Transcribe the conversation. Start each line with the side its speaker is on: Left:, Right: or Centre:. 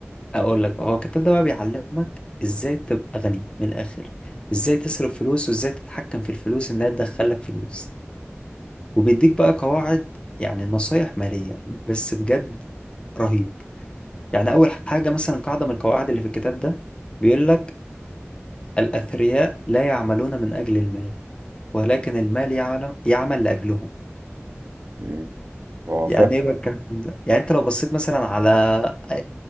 Left: أقول لك بقى هو الكتاب ده بقى بيعلمك ازاي تبقى غني من الآخر ازاي تصرف فلوس وازاي تتحكم في الفلوس انها تدخلك فلوس وبيديك بقى قواعد يعني نصايح مالية بس بجد رهيب يعني أول حاجة مثلا قاعدة من القواعد اللي في الكتاب ده بيقول لك الأثرياء لا يعملون من أجل المال ولكن المال يعلم يعمل لأجلهم
Right: مم. هو
Left: يعني
Right: فاهم
Left: ايه بقى الكلام ده يعني انت لو بصيت مثلا على